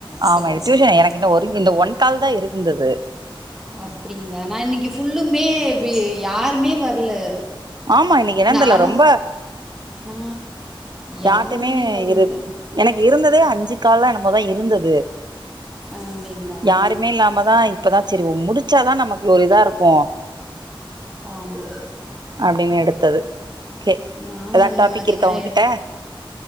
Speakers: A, on the right; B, in the centre.
A: ஆமா
B: சூப்பர்
A: இது ட்யூஷன்
B: சூப்பர்
A: எனக்கு இன்னு ஒரு இந்த ஒன்கால் தா இருந்துது
B: அப்டிங்ளா நா இன்னக்கி ஃபுல்லுமே பி யாருமே வர்ல
A: ஆமா இன்னைக்கு என்னன்னு
B: நானு
A: தெர்ல ரொம்ப
B: ஆ
A: யார்ட்டைமே
B: யாருமே வர்ல
A: இரு எனக்கு இருந்ததே அஞ்சு கால்லா என்னமோதா இருந்தது
B: அப்டிங்களா
A: யாருமே இல்லாம தா இப்பதா செரி முடிச்சாதா நமக்கு ஒரு இதா இருக்கு
B: ஆமா
A: அப்டினு எடுத்தது கே
B: நானு
A: எதாவ்
B: அந்த
A: டாப்பிக்
B: மாரிதா
A: இருக்கா உங்கக்கிட்ட